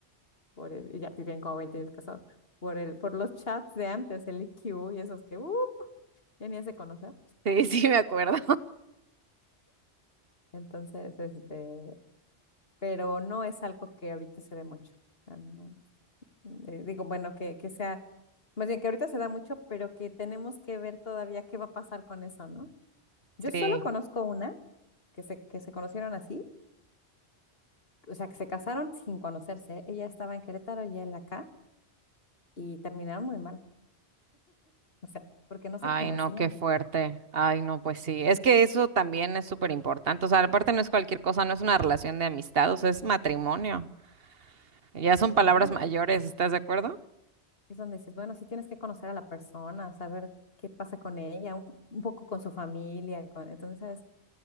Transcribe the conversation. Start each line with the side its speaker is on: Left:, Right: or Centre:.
Left: por el- y ya tienen como 20 años casados, por el, por los chats de antes, el i q y esos que, uh, ya ni se conocer.
Right: Sí, <laughs> sí, me acuerdo.
Left: Entonces, este, pero no es algo que ahorita se dé mucho. Ah, no. Eh, Digo, bueno, que, que sea, más bien que ahorita se da mucho, pero que tenemos que ver todavía qué va a pasar con eso, ¿no? Yo
Right: Sí.
Left: solo conozco una que se, que se conocieron así, o sea, que se casaron sin conocerse. Ella estaba en Querétaro y él acá, y terminaron muy mal, o sea, porque no se
Right: Ay,
Left: conocían.
Right: no, qué fuerte. Ay, no, pues sí. Es que eso también es súper importante. O sea, aparte no es cualquier cosa, no es una relación de amistad, o sea, es matrimonio. Ya son
Left: Mm.
Right: palabras mayores, ¿estás de acuerdo?
Left: Es donde dices, bueno, sí tienes que conocer a la persona, saber qué pasa con ella, un, un poco con su familia. con- entonces,